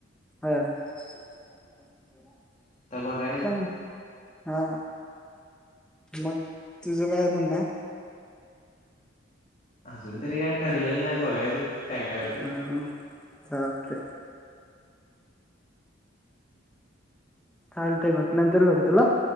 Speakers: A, in the centre; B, on the left.
A: हो <inaudible>
B: आता बघायचं
A: चांग हा मग तुझं काय म्हणणं
B: अजून तरी काय ठरलेलं नाही बघायचं काय काय होते
A: हम् चे चाल टाईम आहे नंतर ब तुला